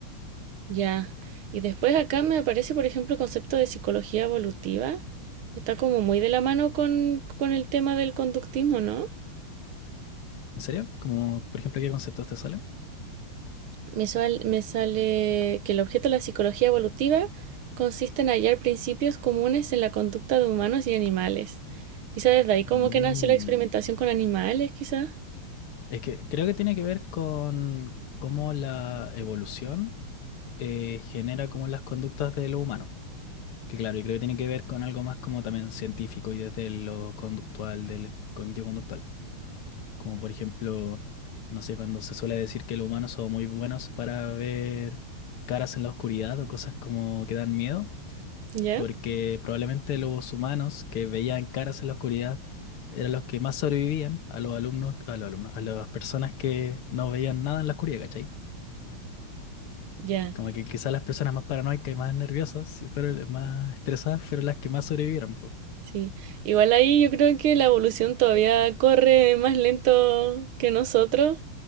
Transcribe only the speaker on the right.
Ya. Y después acá me aparece, por ejemplo, el concepto de psicología evolutiva. Está como muy de la mano con, con el tema del conductismo, ¿no?
Me, sal- me sale que el objeto de la psicología evolutiva consiste en hallar principios comunes en la conducta de humanos y animales. Quizá desde ahí como
que nació la experimentación con animales, quizá.
¿Ya?
Ya,
sí. Igual ahí yo creo que la evolución todavía corre más lento que nosotros.